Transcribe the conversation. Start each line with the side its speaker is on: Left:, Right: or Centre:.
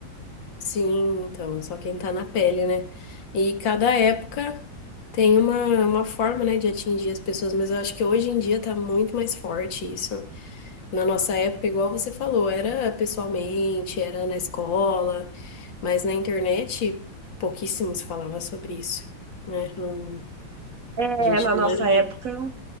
Left: Sim, então, só quem tá na pele, né? E cada época tem uma, uma forma, né, de atingir as pessoas, mas eu acho que hoje em dia tá muito mais forte isso. Na nossa época, igual você falou, era pessoalmente, era na escola, mas na internet pouquíssimo se falava sobre isso, né? Não,
Right: É,
Left: a gente
Right: na
Left: não
Right: nossa
Left: era
Right: época,